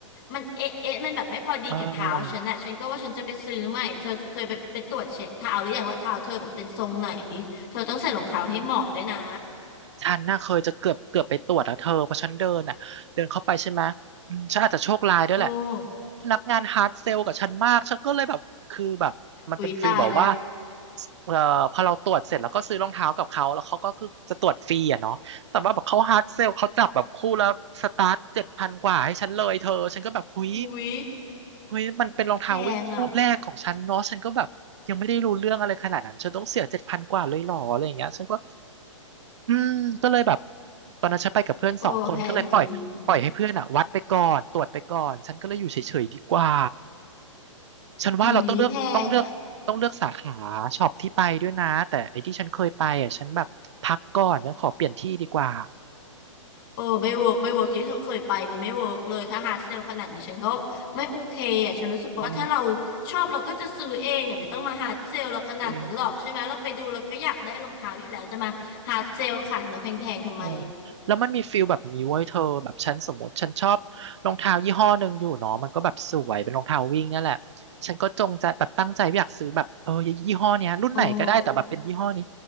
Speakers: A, on the left (about 45°); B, on the right (about 60°).
A: มันเอ๊ะเอ๊ะมันแบบไม่พอดีกับเท้าฉันอะฉันก็ว่าฉันจะไปซื้อใหม่เธอเคยไปไปตรวจเช็คเท้าหรือยังว่าเท้าเธอแบบเป็นทรงไหน
B: เออ
A: เธอต้องใส่รองเท้าให้เหมาะด้วยนะ
B: ฉันน่ะเคยจะเกือบเกือบไปตรวจแล้วเธอเพราะฉันเดินอ่ะเดินเข้าไปใช่ไหมอืมฉันอาจจะโชคร้ายด้วยแหละ
A: โอ้
B: พนักงานฮาร์ดเซลกับฉันมากฉันก็เลยแบบคือแบบมันเป็นฟีลแบอกว่า
A: อุ๊ยตายแล้ว
B: เอ่อพอเราตรวจเสร็จแล้วก็ซื้อรองเท้ากับเขาแล้วเขาก็คือจะตรวจฟรีอ่ะเนาะแต่ว่าแบบเขาฮาร์ดเซลเขาจับแบบคู่แล้วสตาร์ทเจ็ดพันกว่าให้ฉันเลยเธอฉันก็แบบเฮ้ย
A: อุ๊ย
B: เฮ้ยมันเป็นรองเท้าวิ่งคู่แรกของฉันเนาะฉันก็แบบยังไม่ได้รู้เรื่องอะไรขนาดนั้นฉันต้องเสียเจ็ดพันกว่าเลยเหรออะไรอย่างเงี้ยฉันก็
A: แพงอะ
B: อืมก็เลยแบบตอนนั้นฉันไปกับเพื่อนสองคนก็เลยปล่อยปล่อยให้เพื่อนอ่ะวัดไปก่อนตรวจไปก่อนฉันก็เลยอยู่เฉยๆดีกว่า
A: โอ้แพงจริง
B: ฉันว่าเราต้องเลือกต้องเลือกต้องเลือกสาขาช็อปที่ไปด้วยนะแต่ไอ้ที่ฉันเคยไปอ่ะฉันแบบพักก่อนฉันขอเปลี่ยนที่ดีกว่า
A: อุ๊ยแพงอะ เออไม่เวิร์กไม่เวิร์กที่เธอเคยไปนี่ไม่เวิร์กเลยถ้าฮาร์ดเซลขนาดนี้ฉันก็ไม่โอเคอ่ะฉันรู้สึกว่าถ้าเรา
B: อ๋อ
A: ชอบเราก็จะซื้อเองอ่ะไม่ต้องมาฮาร์ดเซลเราขนาดนั้นหรอกใช่ไหมเราไปดูเราก็อยากได้รองเท้าอยู่แล้วจะมาฮาร์ดเซลขายเราแพงๆทำไม
B: จริง เออแล้วมันมีฟิลแบบนี้เว้ยเธอแบบฉันสมมติฉันชอบรองเท้ายี่ห้อหนึ่งอยู่เนาะมันก็แบบสวยเป็นรองเท้าวิ่งเนี่ยแหละฉันก็จงใจแบบตั้งใจอยากซื้อแบบเออยี่ห้อเนี้ยรุ่นไหนก็ได้แต่แบบเป็นยี่ห้อนี้
A: เออ